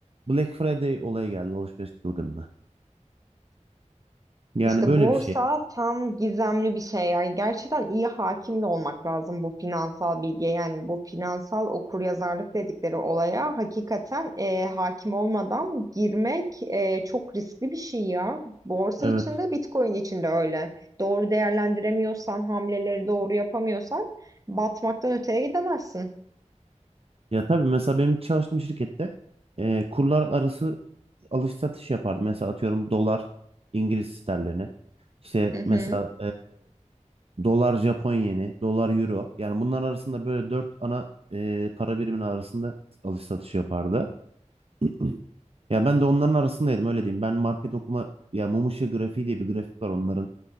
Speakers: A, on the right (about 50°); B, on the right (about 30°).
A: Black Friday olayı geldi alışveriş çılgınlığı. Yani
B: İşte
A: böyle
B: borsa
A: bir şey.
B: tam gizemli bir şey ya. Gerçekten iyi hakim de olmak lazım bu finansal bilgiye. Yani bu finansal okuryazarlık dedikleri olaya hakikaten e, hakim olmadan girmek e, çok riskli bir şey ya. Borsa
A: Evet.
B: içinde, Bitcoin içinde öyle. Doğru değerlendiremiyorsan, hamleleri doğru yapamıyorsan batmaktan öteye gidemezsin.
A: Ya tabii mesela benim çalıştığım şirkette e, kurlar arası alış satış yapardı. Mesela atıyorum dolar İngiliz sterlini. İşte
B: Hı hı.
A: mesela Dolar Japon yeni, dolar euro. Yani bunlar arasında böyle dört ana e, para birimin arasında alış satış yapardı. <clears throat> Ya ben de onların arasındaydım öyle diyeyım. Ben market okuma ya mum ışığı grafiği diye bir grafik var onların.